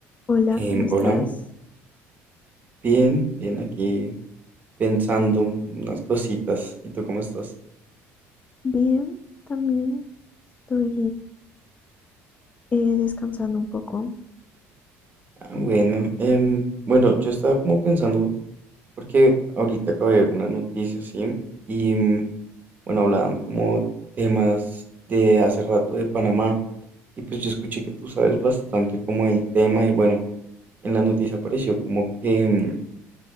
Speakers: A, on the left; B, on the right.
A: Hola,
B: Em,
A: ¿cómo estás?
B: hola, bien, bien aquí pensando unas cositas. ¿Y tú cómo estás?
A: Bien, también estoy eh, descansando un poco.
B: Ah, bueno, em, bueno, yo estaba como pensando, porque ahorita acabo de ver una noticia, ¿sí? Y mm, bueno, hablaban como temas de hace rato de Panamá. Y pues yo escuché que tú sabes bastante como el tema y bueno, en la noticia apareció como que... mm,